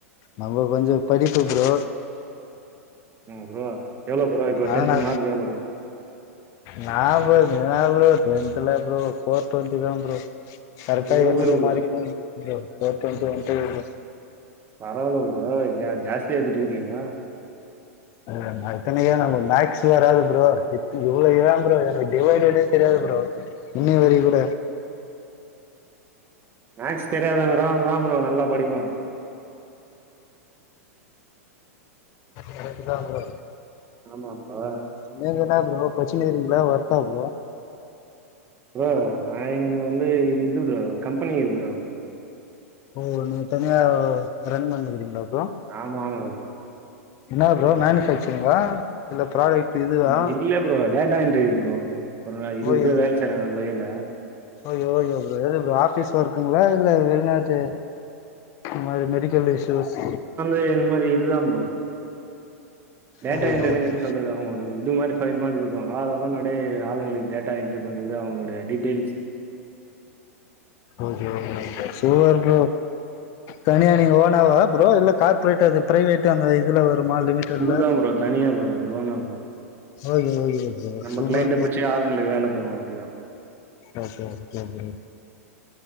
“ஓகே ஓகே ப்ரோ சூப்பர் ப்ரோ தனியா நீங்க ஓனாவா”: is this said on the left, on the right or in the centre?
Left